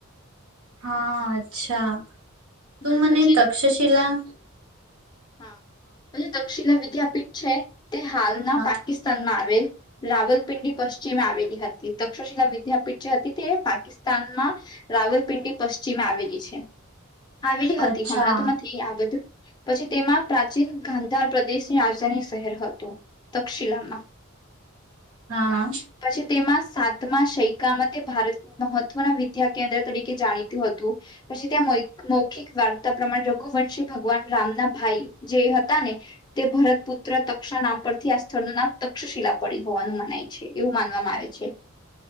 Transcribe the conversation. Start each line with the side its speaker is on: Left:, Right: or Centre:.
Right: હા અચ્છા
Left: હમ
Right: તું મને
Left: પછી
Right: તક્ષશિલા
Left: હા તક્ષણ વિદ વિદ્યાપીઠ છે તે હાલના
Right: હા
Left: પાકિસ્તાનમાં આવેલ રાવલપિંડી પશ્ચિમે આવેલી હતી તક્ષશિલા વિદ્યાપીઠ જે હતી તે પાકિસ્તાનમાં રાવલપિંડી પશ્ચિમે આવેલી છે આવેલી હતી
Right: અચ્છા
Left: હમણાં તો નથી આ બધું પછી તેમાં પ્રાચીન ગાંધાર પ્રદેશ રાજધાની શહેર હતું દક્ષિલામાં
Right: હા
Left: પછી તેમાં સાતમા સૈકામાં તે ભારત મહત્વના વિદ્યા કેન્દ્ર તરીકે જાણીતું હતું પછી ત્યાં મૌખિક વાર્તા પ્રમાણે રઘુવંશી ભગવાન રામના ભાઈ જે હતા ને તે ભરત પુત્ર તક્ષા નામ પરથી આ સ્થળનું નામ તક્ષશિલા પડી હોવાનું મનાય છે એવું માનવામાં આવે છે